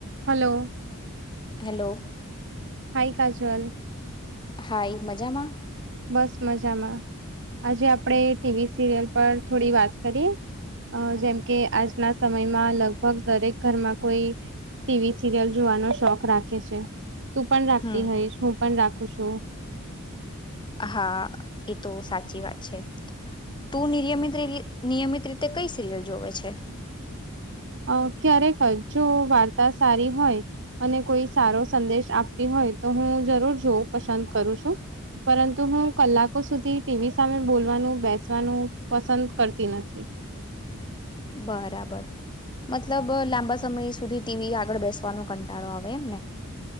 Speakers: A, on the right; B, on the left.
A: Hello
B: hello
A: hi Kajal
B: hi મજામાં
A: બસ મજામાં આજે આપડે ટીવી સિરિયલ પર થોડી વાત કરીએ અ જેમ કે આજના સમયમાં લગભગ દરેક ઘરમાં કોઈ ટીવી સિરિયલ જોવાનો શોખ રાખે છે તું પણ રાખતી
B: હમ
A: હઈશ હું પણ રાખું છું
B: હા એ તો સાચી વાત છે તું નિયમિત નિયમિત રીતે કઈ સિરિયલ જોવે છે
A: અ ક્યારેક જો વાર્તા સારી હોય અને કોઈ સારો સંદેશ આપતી હોય હો તો હું જરૂર જોઉં પસંદ કરું છું પરંતુ હું કલાકો સુધી ટીવી સામે બોલવાનું બેસવાનું પસંદ કરતી નથી <inaudible>
B: બરાબર મતલબ લાંબા સમય સુધી ટીવી આગળ બેસવાનો કંટાળો આવે એમ ને